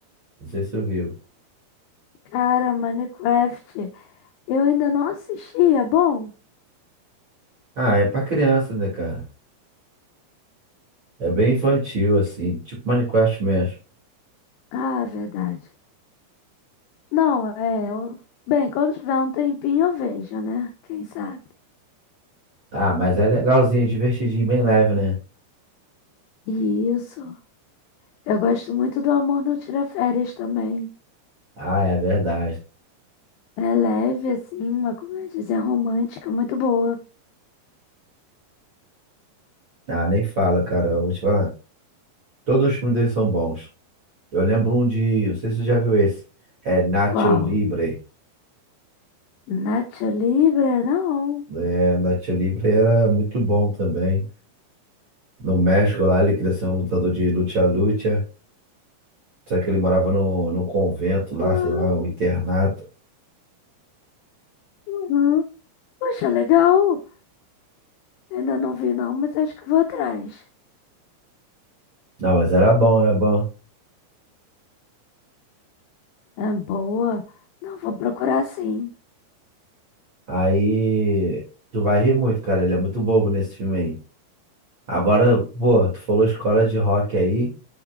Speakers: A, on the right (about 45°); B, on the left (about 85°).
A: Não sei se eu viu.
B: Cara, Minecraft, eu ainda não assisti, é bom?
A: Ah, é pra criança, né, cara? É bem infantil, assim, tipo Minecraft mesmo.
B: Ah, é verdade. Não, é. Eu... Bem, quando tiver um tempinho eu vejo, né? Quem sabe?
A: Ah, mas é legalzinho, é divertidinho, bem leve, né?
B: E Isso. Eu gosto muito do Amor Não Tira Férias também.
A: Ah, é verdade.
B: É leve, assim, uma comédia romântica muito boa.
A: Ah, nem fala, cara. Eu vou te falar. Todos os filmes deles são bons. Eu lembro um de. Não sei se você já viu esse. É Nacho
B: Qual?
A: Libre.
B: Nacho Libre? Não.
A: É, Nacho Libre era muito bom também. no México lá, ele queria ser um lutador de luta-luta. Só que ele morava no, no convento lá,
B: Ah,
A: sei lá, um internato.
B: Uhum. Poxa, legal. Ainda não vi, não, mas acho que vou atrás.
A: Não, mas era bom, era bom.
B: É boa. Não, vou procurar sim.
A: Aí tu vai rir muito, cara. Ele é muito bobo nesse filme aí. Agora, pô, tu falou escola de rock aí.